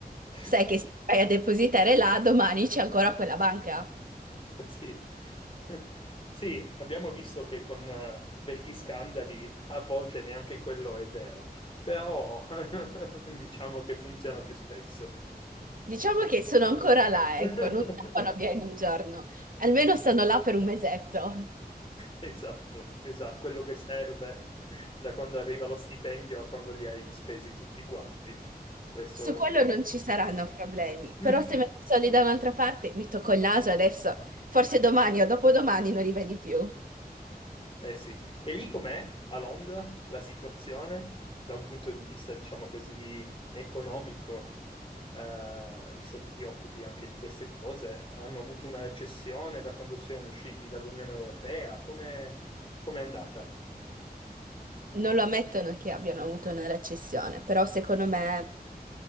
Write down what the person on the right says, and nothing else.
Sai che se vai a depositare là, domani c'è ancora quella banca.
Diciamo che sono ancora là,
ecco, non scappano via in un giorno. Almeno stanno là per un mesetto.
Su
quello
non ci saranno problemi,
però se metto i soldi da un'altra parte, mi tocco il naso adesso, forse domani o dopodomani non li vedi più.
Non lo ammettono che abbiano avuto una recessione, però secondo me